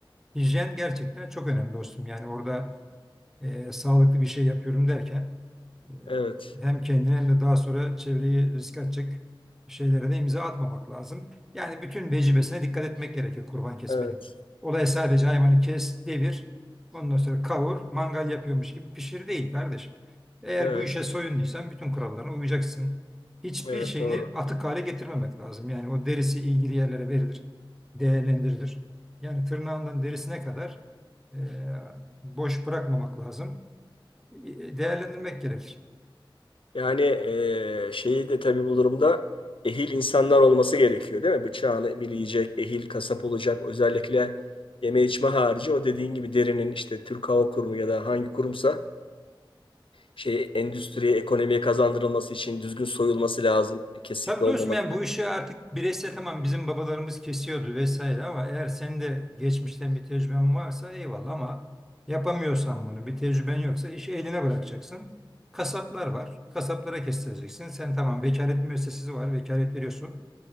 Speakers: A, in the centre; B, on the left (about 80°).
A: Hijyen gerçekten çok önemli dostum. Yani orada e, sağlıklı bir şey yapıyorum derken e,
B: evet,
A: hem kendini hem de daha sonra çevreyi riske atacak şeylere de imza atmamak lazım. Yani bütün vecibesine dikkat etmek gerekir kurban kesmenin.
B: evet,
A: Olay sadece hayvanı kes, devir, ondan sonra kavur, mangal yapıyormuş gibi pişir değil kardeşim. Eğer
B: evet,
A: bu işe soyunduysan bütün kurallarına uyacaksın. Hiçbir
B: evet
A: şeyini
B: doğru.
A: atık hale getirmemek lazım. Yani o derisi ilgili yerlere verilir, değerlendirilir. Yani tırnağından derisine kadar e, boş bırakmamak lazım. E, Değerlendirmek gerekir.
B: Yani eee şeyi de tabii bu durumda ehil insanlar olması gerekiyor değil mi? Bıçağını bileyecek, ehil kasap olacak. Özellikle yeme içme harici o dediğin gibi derinin işte Türk Hava Kurumu ya da hangi kurumsa şey endüstriye, ekonomiye kazandırılması için düzgün soyulması lazım. Kesikli
A: Tabii
B: olmaması.
A: dostum yani bu işi artık bireysel tamam bizim babalarımız kesiyordu vesaire ama eğer senin de geçmişten bir tecrüben varsa eyvallah ama yapamıyorsan bunu bir tecrüben yoksa işi eline bırakacaksın. Kasaplar var. Kasaplara kestireceksin. Sen tamam vekalet müessesesi var. Vekalet veriyorsun.